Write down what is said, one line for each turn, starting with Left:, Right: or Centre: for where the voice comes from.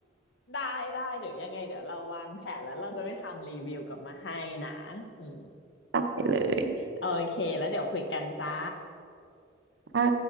Left: ได้ได้เดี๋ยวยังไงเดี๋ยวเราวางแผนแล้วเราจะไปทำรีวิวกลับมาให้นะอืม
Right: ได้เลย
Left: โอเคแล้วเดี๋ยวคุยกันจ้า
Right: ค่ะ